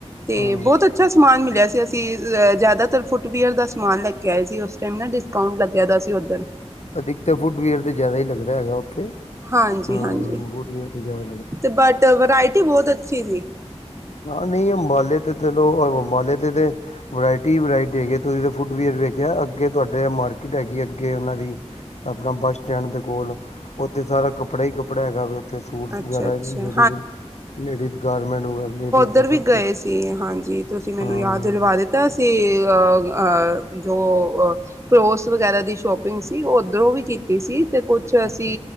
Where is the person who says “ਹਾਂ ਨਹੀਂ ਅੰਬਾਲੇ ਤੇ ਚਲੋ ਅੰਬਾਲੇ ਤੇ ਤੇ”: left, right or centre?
Left